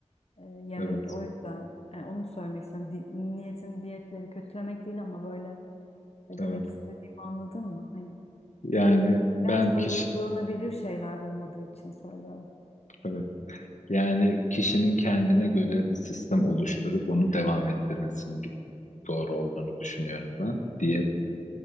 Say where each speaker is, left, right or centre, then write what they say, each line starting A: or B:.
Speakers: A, on the left (about 55°); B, on the left (about 85°).
A: e, yemek.
B: Evet,
A: O yüzden e, onu söylemek istiyorum. Di- niyetim diyetleri kötülemek değil ama böyle e,
B: evet.
A: demek istediğimi anladın mı? Hani
B: Yani ben
A: hayat boyu
B: kişi,
A: uygulanabilir şeyler olmadığı için söylüyorum.
B: evet. Yani kişinin kendine göre bir sistem oluşturup onu devam ettirmesinin doğru olduğunu düşünüyorum ben. Diyet